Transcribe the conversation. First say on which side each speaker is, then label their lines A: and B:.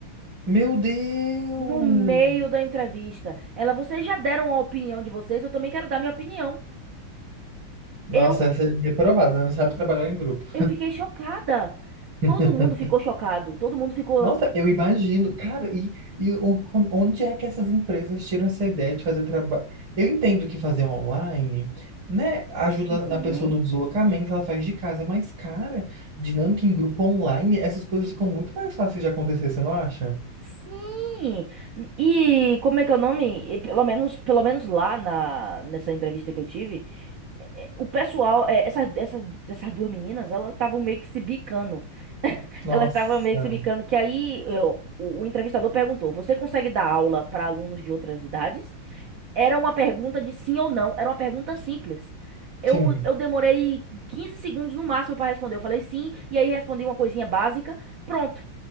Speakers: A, on the right; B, on the right.
A: Meu Deus!
B: No meio da entrevista, ela, vocês já deram a opinião de vocês, eu também quero dar minha opinião.
A: Nossa,
B: Eu
A: essa é reprovada, né? não sabe trabalhar em grupo.
B: Eu fiquei chocada.
A: <laughs>
B: Todo mundo ficou chocado. Todo mundo ficou.
A: Nossa, eu imagino, cara, e, e on- on- onde é que essas empresas tiram essa ideia de fazer trabalho? Eu entendo que fazer online, né, ajuda
B: Uhum.
A: na pessoa no deslocamento, ela faz de casa, mas, cara, dinâmica em grupo online, essas coisas ficam muito mais fáceis de acontecer, você não acha?
B: Sim. E como é que é o nome? E Pelo menos, pelo menos lá na, nessa entrevista que eu tive, eh, o pessoal, eh, essas, essas, essas duas meninas, elas estavam meio que se bicando.
A: Nossa,
B: Elas estavam meio que se bicando. Que aí eu- o, o entrevistador perguntou: Você consegue dar aula para alunos de outras idades? Era uma pergunta de sim ou não, era uma pergunta simples. Eu,
A: sim.
B: eu demorei 15 segundos no máximo para responder. Eu falei sim, e aí respondi uma coisinha básica, pronto.